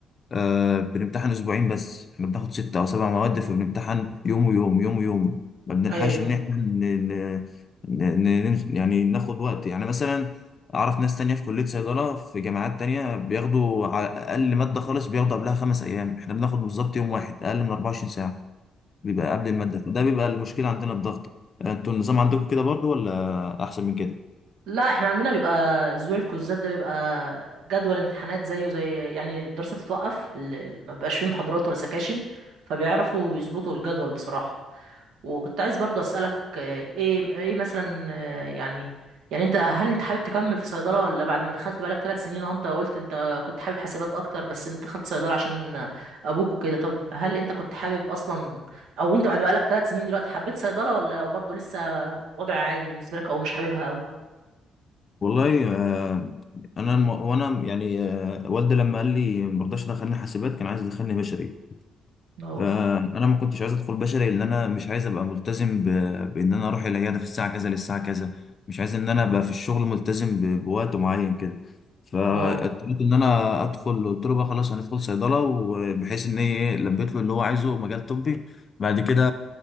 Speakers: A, on the left; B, on the right.
A: آه بنمتحن اسبوعين بس احنا بناخد ستة او سبع مواد فبنمتحن يوم ويوم يوم ويوم ما بنلحقش
B: ايوه
A: ان احنا ن... ن... ن... ن... يعني ناخد وقت يعني مثلا اعرف ناس تانية في كلية صيدلة في جامعات تانية بياخدوا على اقل مادة خالص بياخدوا قبلها خمس ايام احنا بناخد بالظبط يوم واحد اقل من 24 ساعة بيبقى قبل المادة فده بيبقى المشكلة عندنا الضغط آه، انتوا النظام عندكم كده برضو ولا احسن من كده؟
B: لا احنا عندنا بيبقى اسبوع الكوزات ده بيبقى جدول امتحانات زيه زي يعني الدراسة تتوقف ال- ال- ما بيبقاش فيه محاضرات ولا سكاشن فبيعرفوا يظبطوا الجدول بصراحة وكنت عايز برضو اسالك آه، ايه ايه مثلا آه، يعني يعني انت هل انت حابب تكمل في صيدله ولا بعد ما دخلت بقالك ثلاث سنين اهو انت قلت انت كنت حابب حاسبات اكتر بس انت دخلت صيدله عشان ابوك وكده طب هل انت كنت حابب اصلا او انت بعد بقالك ثلاث سنين دلوقتي حبيت صيدله ولا برضو لسه وضع عادي بالنسبه لك او مش حاببها قوي
A: والله آه، انا الم- وانا يعني آه، والدي لما قال لي ما رضاش يدخلني حاسبات كان عايز يدخلني بشري
B: اه
A: فانا ما كنتش عايز ادخل بشري لان انا مش عايز ابقى ملتزم ب... بان انا اروح العياده في الساعه كذا للساعه كذا مش عايز ان انا ابقى في الشغل ملتزم ب... بوقت معين كده فاضطريت
B: اه
A: ان انا ادخل قلت له بقى خلاص هندخل صيدله وبحيث ان هي ايه لبيت له اللي هو عايزه مجال طبي بعد كده